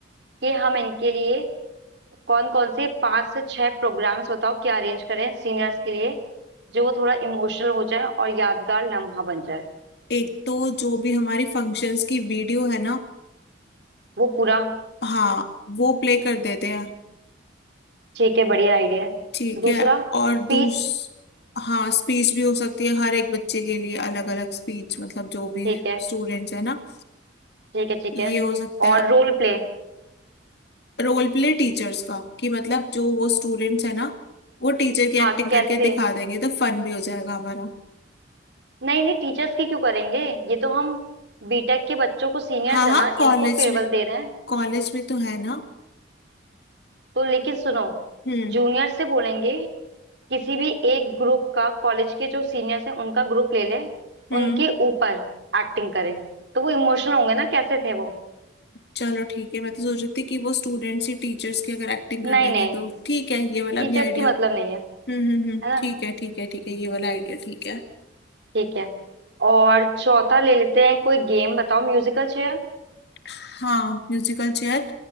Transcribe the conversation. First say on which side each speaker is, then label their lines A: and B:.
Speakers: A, on the right; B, on the left.
A: कि हम इनके लिए कौन कौन से पांच से छह प्रोग्राम्स बताओ क्या अरेंज करें सीनियर्स के लिए जो वो थोड़ा इमोशनल हो जाए और यादगार लम्हा बन जाए
B: एक तो जो भी हमारी फंक्शंस की वीडियो है ना
A: वो पूरा
B: हाँ वो प्ले कर देते हैं
A: ठीक है बढ़िया आइडिया है
B: ठीक
A: दूसरा
B: है
A: स्पीच
B: और दूस हाँ स्पीच भी हो सकती है हर एक बच्चे के लिए अलग अलग स्पीच मतलब जो भी
A: ठीक है
B: स्टूडेंट्स है ना
A: ठीक है ठीक
B: ये
A: है
B: हो सकता है
A: और रोल प्ले
B: रोल प्ले टीचर्स का कि मतलब जो वो स्टूडेंट्स है ना वो टीचर की
A: हाँ
B: एक्टिंग
A: कैसे
B: करके दिखा देंगे तो फन भी हो जाएगा हमारा
A: नहीं नहीं टीचर्स की क्यों करेंगे ये तो हम बीटेक के बच्चों को सीनियर्स
B: हाँ
A: है
B: हाँ
A: ना
B: कॉलेज
A: इनको फेयरवेल
B: में
A: दे रहे हैं
B: कॉलेज में तो है ना
A: तो लेकिन सुनो
B: हम्म
A: जूनियर से बोलेंगे किसी भी एक ग्रुप का कॉलेज के जो सीनियर्स हैं उनका ग्रुप ले ले
B: हम्म
A: उनके ऊपर एक्टिंग करे तो वो इमोशनल होंगे ना कैसे थे वो
B: चलो ठीक है मैं तो सोच रही थी कि वो स्टूडेंट्स ही टीचर्स की अगर एक्टिंग कर
A: नहीं
B: देंगे
A: नहीं
B: तो ठीक है ये वाला
A: टीचर्स
B: भी आइडिया
A: की मतलब नहीं है
B: हम्म हम्म हम्म
A: है ना
B: ठीक है ठीक है ठीक है ये वाला आइडिया ठीक है
A: ठीक है और चौथा ले लेते हैं कोई गेम बताओ Musical chair
B: हाँ Musical chair